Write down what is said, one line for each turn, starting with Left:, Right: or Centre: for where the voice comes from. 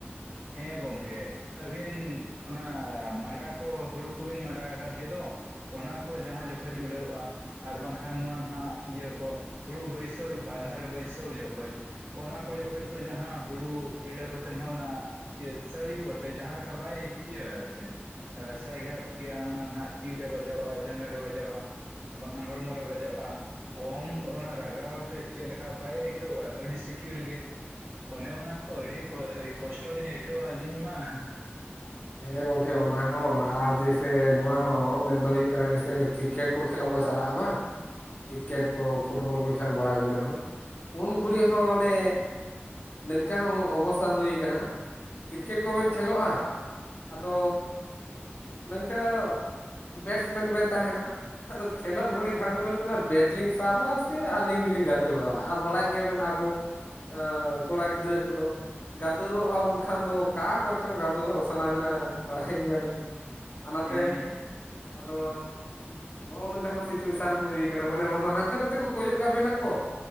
Right: ᱦᱮᱸ ᱜᱚᱢᱠᱮ ᱟᱹᱵᱤᱱ ᱚᱱᱟ ᱢᱟᱰᱟ ᱠᱚ ᱦᱩᱲᱩ ᱠᱚᱵᱤᱱ ᱢᱟᱰᱟ ᱟᱠᱟᱫ ᱜᱮᱫᱚᱼᱼ ᱚᱱᱟ ᱠᱚ ᱡᱟᱦᱟᱸ ᱡᱚᱠᱷᱚᱡ ᱩᱰᱟᱹᱣᱼᱟ ᱟᱨ ᱵᱟᱝᱠᱷᱟᱱ ᱱᱚᱣᱟ ᱱᱟᱦᱜ ᱤᱭᱟᱹ ᱠᱚ ᱦᱩᱲᱩ ᱵᱟᱹᱭᱥᱟᱹᱣ ᱵᱟᱫᱷᱟ ᱨᱮ ᱵᱟᱹᱭᱥᱟᱹᱣ ᱡᱚᱠᱷᱚᱡ ᱚᱱᱟ ᱠᱚ ᱡᱚᱠᱷᱚᱡ ᱠᱚ ᱡᱟᱦᱟᱸ ᱦᱩᱲᱩ ᱵᱤᱸᱰᱟᱹ ᱠᱚᱛᱮ ᱱᱟᱦᱟᱜ ᱚᱱᱟ ᱤᱭᱟᱹ ᱥᱟᱹᱲᱤ ᱠᱚᱛᱮ ᱡᱟᱦᱟᱸ ᱞᱮᱠᱟ ᱵᱟᱭ ᱤᱭᱟᱹ ᱟ ᱥᱮᱼᱼ ᱥᱟᱭᱜᱟᱛ ᱜᱮᱭᱟ ᱚᱱᱟ ᱱᱟᱜ ᱛᱤᱨᱮ ᱵᱟᱡᱟᱣᱚᱜᱼᱟ ᱡᱟᱸᱜᱟ ᱨᱮ ᱵᱟᱡᱟᱣᱟᱜᱼᱟ, ᱵᱟᱠᱷᱟᱱ ᱦᱚᱲᱢᱚ ᱨᱮ ᱵᱟᱡᱟᱜᱼᱟ ᱠᱚᱢ ᱚᱱᱟ ᱨᱟᱜᱟᱣ ᱛᱮ ᱪᱮᱫ ᱞᱮᱠᱟ ᱵᱟᱭ ᱟᱹᱭᱠᱟᱹᱣᱼᱟ ᱟᱹᱰᱤ ᱥᱤᱠᱤᱲ ᱜᱮ, ᱚᱱᱮ ᱚᱱᱟ ᱠᱚ ᱟᱹᱰᱤ ᱠᱚᱥᱴᱚ ᱞᱤᱧ ᱟᱹᱭᱠᱟᱹᱣᱟ ᱟᱹᱞᱤᱧ ᱢᱟ᱾
Left: ᱦᱮᱸ ᱜᱚᱝᱠᱮ ᱚᱱᱟ ᱦᱚᱸ ᱟᱨ ᱡᱮᱭᱥᱮ ᱱᱚᱣᱟ ᱦᱚᱸ ᱢᱮᱱ ᱫᱚ ᱦᱩᱭᱩᱜ ᱠᱟᱱᱟ ᱡᱮᱭᱥᱮ ᱠᱤᱨ ᱠᱮᱴ ᱠᱚ ᱠᱷᱮᱞᱳᱜ ᱵᱚ ᱪᱟᱞᱟᱜᱼᱟ ᱵᱟᱝ᱾ ᱠᱤᱨᱠᱮᱴ ᱠᱚ, ᱯᱷᱩᱴᱵᱚᱞ ᱠᱚ ᱠᱷᱮᱞ ᱵᱟᱲᱟ ᱜᱚᱲᱤ ᱦᱚᱸ᱾ ᱩᱱ ᱜᱷᱩᱲᱤ ᱦᱚᱸ ᱚᱱᱮ ᱱᱚᱝᱠᱟ ᱦᱚᱸ ᱚᱵᱚᱥᱛᱛᱟ ᱦᱩᱭ ᱟᱠᱟᱱᱟ, ᱠᱤᱨᱠᱮᱴ ᱠᱚᱵᱮᱱ ᱠᱷᱮᱞᱳᱜᱼᱟ? ᱟᱫᱚ ᱱᱤᱝᱠᱟᱹ ᱵᱮᱴᱥ ᱢᱮᱱ ᱵᱮᱱ ᱛᱟᱦᱮᱱᱟ᱾ ᱟᱫᱚ ᱠᱷᱮᱞᱳᱜ ᱜᱷᱩᱲᱤ ᱠᱷᱟᱱ ᱫᱚᱵᱮᱱ ᱢᱮᱱᱟ ᱵᱮᱴ ᱞᱤᱧ ᱥᱟᱵᱟ ᱥᱮ ᱟᱹᱞᱤᱧ ᱜᱮᱞᱤᱧ ᱜᱟᱫᱩᱨᱚᱜᱼᱟ ᱟᱨ ᱵᱟᱲᱟᱭᱮᱜ ᱜᱮᱭᱟ ᱵᱮᱱ ᱟᱵᱚ ᱮᱸᱻ ᱠᱚᱲᱟ ᱜᱤᱫᱽᱨᱟᱹ ᱠᱚᱫᱚ ᱜᱟᱫᱩᱨᱚᱜ ᱟᱵᱚᱱ ᱠᱷᱟᱱ ᱫᱚ ᱚᱠᱟ ᱠᱚᱨᱮᱪᱚᱢ ᱜᱟᱫᱩᱨᱚᱜ ᱥᱟᱱᱟ ᱵᱮᱱᱟ ᱵᱟᱲᱟᱭ ᱜᱮᱭᱟ ᱵᱮᱱ, ᱚᱱᱟᱛᱮ
Right: ᱦᱮᱸ
Left: ᱟᱫᱚ ᱱᱚᱜᱼᱚ ᱱᱚᱝᱠᱟ ᱦᱚᱸ ᱥᱤᱪᱩᱭᱮᱥᱚᱱ ᱦᱚᱸ ᱦᱩᱭ ᱠᱟᱱᱟ ᱢᱟᱱᱮ ᱦᱟᱱᱛᱮ ᱱᱟᱛᱮ ᱠᱚ ᱠᱚᱭᱚᱜ ᱠᱟᱵᱤᱱᱟ ᱠᱚ